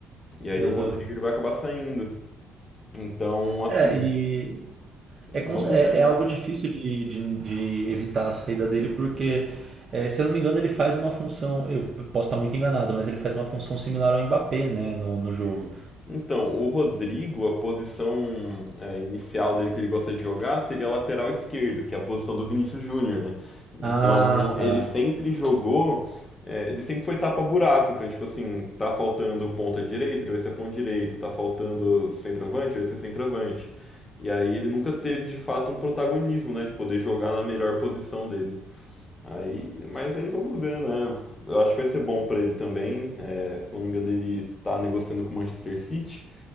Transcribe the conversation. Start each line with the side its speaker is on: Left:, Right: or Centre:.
Left: e aí
Right: Aham.
Left: o Rodrigo ele vai acabar saindo. Então, assim,
Right: É, e
Left: vamos
Right: É, cons- é,
Left: ver, né?
Right: é algo difícil de, de, de evitar a saída dele, porque, é, se eu não me engano, ele faz uma função. Eu posso estar muito enganado, mas ele faz uma função similar ao Mbappé, né, no, no jogo.
Left: Então, o Rodrigo, a posição é, inicial dele que ele gosta de jogar seria lateral esquerdo, que é a posição do Vinícius Júnior, né?
Right: Ah,
Left: Então, ele
Right: tá.
Left: sempre jogou, é, ele sempre foi tapa-buraco. Então, tipo assim, tá faltando ponta direita, ele vai ser ponta direita, tá faltando centroavante, ele vai ser centroavante. E aí ele nunca teve de fato um protagonismo, né, de poder jogar na melhor posição dele. Aí, mas aí vamos ver, né? Eu acho que vai ser bom pra ele também. É, se não me engano, ele tá negociando com o Manchester City.